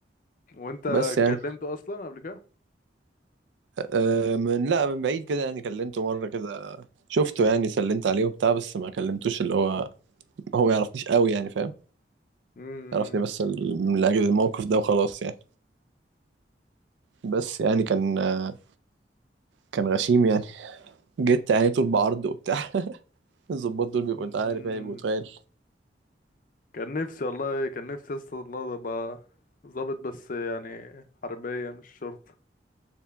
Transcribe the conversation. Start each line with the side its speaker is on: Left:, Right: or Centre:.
Left: وانت
Right: بس يعني
Left: كلمته اصلا قبل كده
Right: آه، من لا من بعيد كده يعني كلمته مرة كده شفته يعني سلمت عليه وبتاع بس ما كلمتوش اللي هو هو ما يعرفنيش قوي يعني فاهم
Left: امم
Right: يعرفني بس ال- من أجل الموقف ده وخلاص يعني بس يعني كان آه، كان غشيم يعني جيت يعني طول بعرض وبتاع <laughs> الظباط دول بيبقوا
Left: امم
Right: انت عارف يعني بيبقوا تقال
Left: كان نفسي والله كان نفسي اصلا الله ابقى ظابط بس يعني حربيه مش شرطه